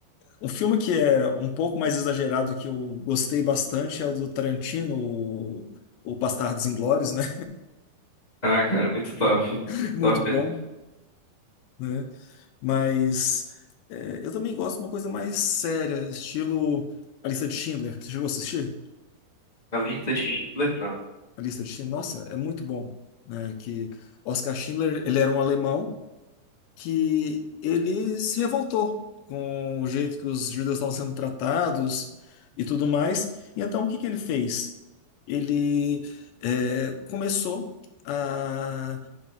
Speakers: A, on the left; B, on the left.
A: um filme que é um pouco mais exagerado que eu gostei bastante é o do Tarantino, o, o Bastardos Inglórios, né?
B: Ah, cara, muito top. Muito
A: <laughs> Muito
B: top
A: bom,
B: mesmo.
A: né? Mas é, eu também gosto de uma coisa mais séria, estilo A Lista de Schindler. Você chegou a assistir?
B: A lista de Schindler, não.
A: A Lista de Schindler? Nossa, é muito bom, né? Que Oscar Schindler, ele era um alemão que ele se revoltou com o jeito que os judeus estavam sendo tratados e tudo mais. E então o que que ele fez? Ele é, começou a